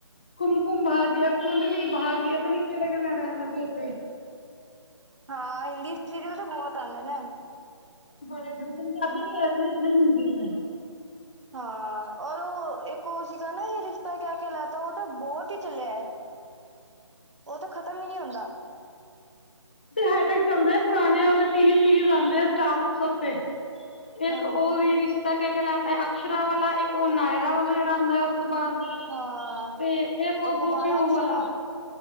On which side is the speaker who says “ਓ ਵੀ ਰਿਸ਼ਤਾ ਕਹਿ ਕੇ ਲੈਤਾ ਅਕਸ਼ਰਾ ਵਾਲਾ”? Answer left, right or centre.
Left